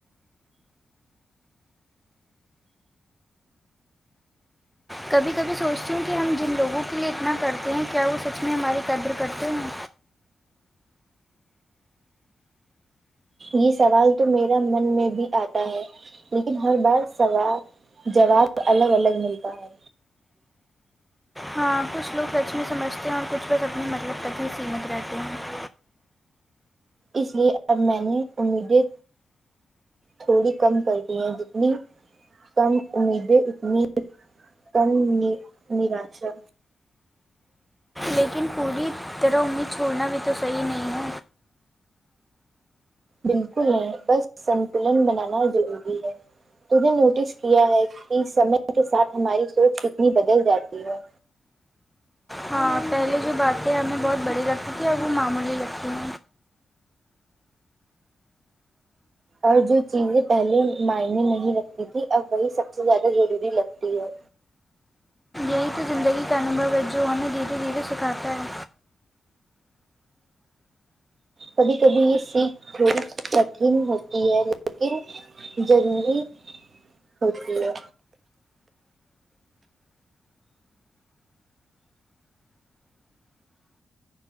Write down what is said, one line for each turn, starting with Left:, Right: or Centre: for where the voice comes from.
Centre: کبھی کبھی سوچتی ہوں کہ ہم جن لوگوں کے لیئے اتنا کرتے ہیں کیا وہ سچ میں ہماری قدر کرتے ہیں
Right: یہ سوال تو میرا من میں بھی آتا ہے لیکن ہر بار سواب جواب الگ الگ ملتا ہے
Centre: ہاں کچھ لوگ سچ میں سمجھتے ہیں اور کچھ کچ اپنے مطلب ک ہی سیمت رہتے ہیں
Right: اس لیے اب میں نے امیدیں تھوڑی کم کرتی ہیں جتنی کم امیدیں اتنی کم نراشا
Centre: لیکن پوری طرح انیں چھوڑنا بھی تو صحیح نہیں ہے
Right: بالکل نہیں بس سنتلن بنانا ضروری ہے تو میں نے نوٹس کیا ہے کہ سمے کے ساتھ ہماری سوچ کتنی بدل جاتی ہے
Centre: ہاں پہلے جو باتیں ہمیں بہت بڑی لگتی تھی اور وہ معمولی لگتی ہے
Right: اور جو چیزیں پہلے معنی نہیں رکھتی تھی اب وہی سب سے زیادہ ضروری لگتی ہے
Centre: وہی تو زندگی کا انبھو ہے جو ہمیں دھیرے دھیرے سکھاتا ہے
Right: کبھی کبھی سیکھ تھوڑی کٹھن ہوتی ہے لیکن ضروری ہوتی ہے